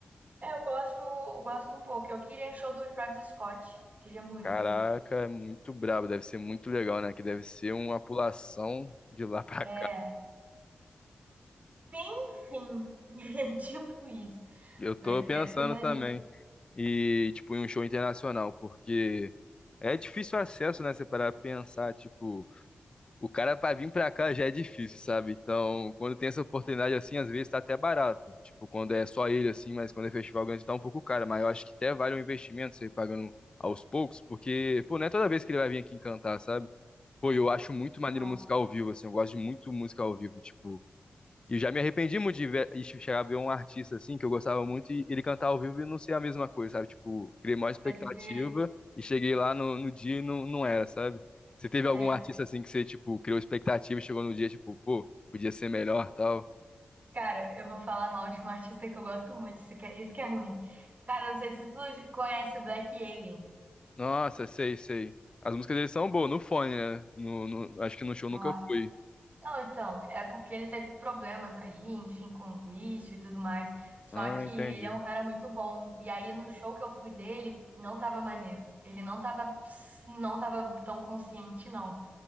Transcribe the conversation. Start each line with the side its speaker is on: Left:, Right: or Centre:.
Right: é, eu gosto, eu gosto um pouco. Eu queria show do Travis Scott. Queria muito
Left: Caraca,
Right: ir.
Left: é muito brabo, deve ser muito legal, né? Que deve ser uma pulação de lá pra
Right: É.
Left: cá.
Right: Enfim, <laughs> tipo isso.
Left: Eu tô
Right: Mas
Left: pensando
Right: deve ser maneiro.
Left: também. E, tipo, em um show internacional, porque é difícil o acesso, né? Você parar pra pensar, tipo, o cara pra vir pra cá já é difícil, sabe? Então, quando tem essa oportunidade assim, às vezes tá até barato. Tipo, quando é só ele assim, mas quando é festival grande tá um pouco caro. Mas eu acho que até vale um investimento você ir pagando aos poucos, porque, pô, não é toda vez que ele vai vir aqui cantar, sabe? Pô, eu acho muito maneiro
Right: Então,
Left: música ao vivo, assim, eu gosto de muito música ao vivo, tipo. E eu já me arrependi muito de ver, e chegar a ver um artista, assim, que eu gostava muito, e ele cantar ao vivo e não ser a mesma coisa, sabe? Tipo, criei maior expectativa
Right: pode crer.
Left: e cheguei lá no, no dia e não, não era, sabe? Você teve algum
Right: É,
Left: artista, assim, que você, tipo, criou expectativa e chegou no dia, tipo, pô, podia ser melhor, tal?
Right: cara, eu vou falar mal de um artista que eu gosto muito. Isso que é, isso que é ruim. Cara, não sei se tu conhece o Black Alien.
Left: Nossa, sei, sei. As músicas deles são boas, no fone, né? No, no- acho que no show
Right: Ó.
Left: nunca fui.
Right: Não, então, é porque ele teve problemas aí, enfim, com vício e tudo mais. Só
Left: Ah,
Right: que
Left: entendi.
Right: ele é um cara muito bom. E aí no show que eu fui dele, não tava maneiro. Ele não tava, ps- não tava tão consciente, não.